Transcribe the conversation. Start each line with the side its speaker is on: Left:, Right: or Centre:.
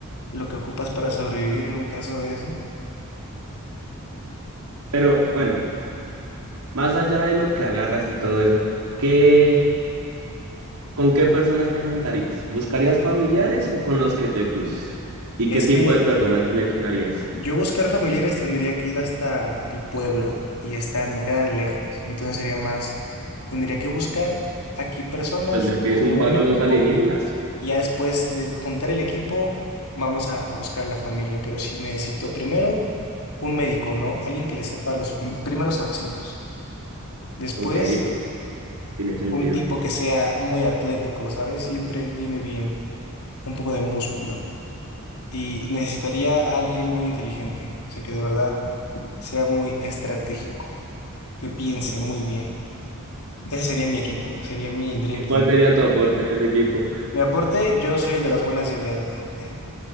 Left: lo que ocupas para sobrevivir en un caso de esos.
Right: Pero bueno. Más allá de lo que agarras y todo eso, ¿qué, con qué personas te juntarías? ¿Buscarías familiares o con los que te cruces? ¿Y
Left: Es
Right: qué tipo
Left: que
Right: de personas seleccionarías?
Left: yo buscar familiares tendría que ir hasta mi pueblo y están, me quedan lejos, entonces sería más, tendría que buscar aquí personas
Right: Pues le pides
Left: como
Right: un
Left: un
Right: paro
Left: equipo
Right: a los alienígenas.
Left: y ya después de juntar el equipo vamos a, a buscar a la familia, pero sí necesito primero un médico, ¿no? Alguien que le sepa los prim- primeros auxilios. Después
Right: Ok, tiene sentido.
Left: un tipo que sea muy atlético, ¿sabes? Siempre viene bien un poco de músculo. Y necesitaría a alguien muy inteligente, o sea, que de verdad sea muy estratégico, que piense muy bien. Ese sería mi equipo, sería mi Dream
Right: ¿Y
Left: Team.
Right: cuál sería tu aporte en ese equipo?
Left: Mi aporte, yo soy el de las buenas ideas. Eh,